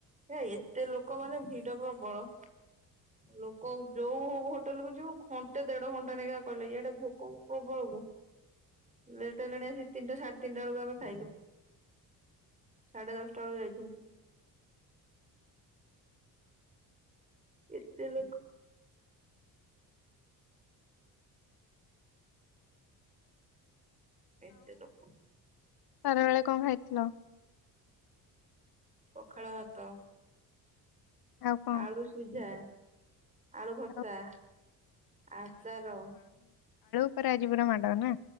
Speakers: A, on the right (about 20°); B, on the left (about 70°).
A: ଆ ଏତ ଏ ଲୋକମାନେ ଭିଡ ପ୍ରବଳ। ଲୋକ ଯୋଉ ହଉ ହୋଟେଲ କୁ ଯିବୁ ଘଣ୍ଟେ ଦେଢ ଘଣ୍ଟା ନାଖା କହିଲେ ଇଆଡେ ଭୋକ ପ୍ରବଳ ଲେଟ ହେଲାଣି ସେ ତିନିଟା ସାଢେ ତିନିଟା ବେଳକୁ ଆମେ ଖାଇଲୁ। ସାଢେ ଦଶଟା ବେଳୁ ଯାଇଥିଲୁ। ଏତେ ଲୋକ ଏତେ ଲୋକ।
B: ଖରା ବେଳେ କଣ ଖାଇଥିଲ?
A: ପଖାଳ ଭାତ
B: ଆଉ କଣ
A: ଆଳୁ ସିଝା ଆଳୁ ଭତ୍ତା
B: ଆଉ
A: ଆଚାର
B: ରା ଆଜି ପୁରା ମାଡ଼ ନା?